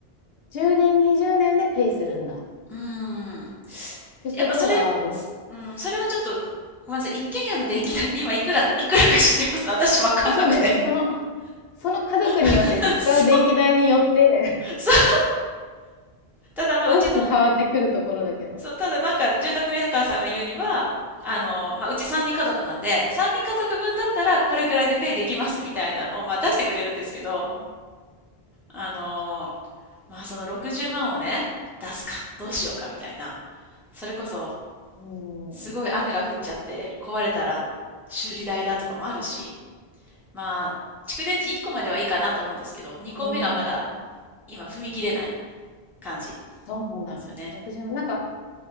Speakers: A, on the left; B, in the centre.
A: 10年、20年でペイするんだ。
B: うーん。
A: ってことは、
B: やっぱそれ、う
A: ろっ
B: ん、それはちょっと、ごめんなさい。一軒家の電気代って今いくら、いくらか知ってます私わかんなくて。
A: ま、あそうだよね。そのその家族によって使う電気代によって
B: <laughs> そ
A: <laughs>、
B: う、そう。ただまあ、
A: 大きく変わってくるところだけど。
B: うちの、そう、ただなんか住宅メーカーさんが言うには、あの、まあ、うち3人家族なんで、3人家族分だったらこれぐらいでペイできますみたいなのを、まあ、出してくれるんですけど、
A: う
B: あのまあ、その60万をね、出すか、どうしようかみたいな。それこそ、
A: ーん。
B: すごい雨が降っちゃって壊れたら修理代だとかもあるし、まあ、蓄電池1個まではいいかなと思うんですけど、2個目がまだ
A: うん、
B: 今踏み切れない感じ
A: そうなんだ。
B: なんですよね。
A: 60万、なんか、